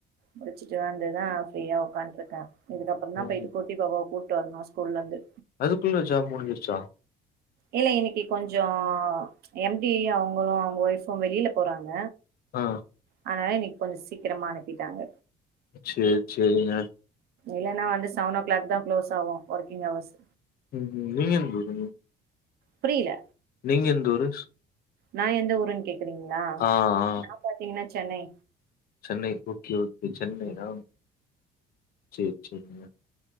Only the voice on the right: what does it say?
முடிச்சிட்டு வந்துதான் ஃப்ரீயா உட்காந்துகிட்டு இருக்கா இதுக்கப்புறம் தான்
போய்விட்டு கூட்டிட்டு வருவா வருமா ஸ்கூல்லல இருந்து
இல்ல இன்னைக்கு கொஞ்சம் எம்டி அவங்களும் அவங்க ஓய்பூம் வெளியில போறாங்க
அதனால இன்னைக்கு கொஞ்சம் சீக்கிரமா அனுப்பிட்டாங்க
இல்லைன்னா வந்து செவன் ஓ கிளாக் தான் க்ளோஸ் ஆகும் ஒர்க்கிங் அவர்ஸ்
புரியல
நான் எந்த ஊருன்ன கேக்கி குறிங்களா
நான் பாத்தீங்கன்னா சென்னை
ம்